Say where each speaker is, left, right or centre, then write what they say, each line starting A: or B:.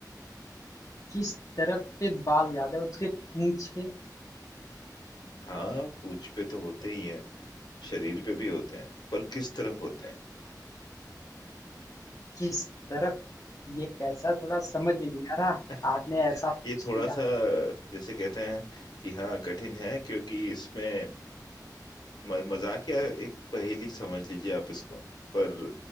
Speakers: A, on the left; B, on the left.
A: किस तरफ पे बाल ज्यादा है उसके पूंछ पे
B: हाँ पूंछ पे तो होते ही हैं शरीर पे भी होते हैं पर किस तरफ होते
A: किस तरफ ये कैसा थोड़ा समझ में नहीं आ रहा
B: हैं
A: आपने
B: <laughs>
A: ऐसा पूछ
B: ये थोड़ा
A: दिया
B: सा जैसे कहते हैं कि हाँ कठिन है क्योंकि इसमें म- मजाक या एक पहेली समझ लीजिए आप इसको पर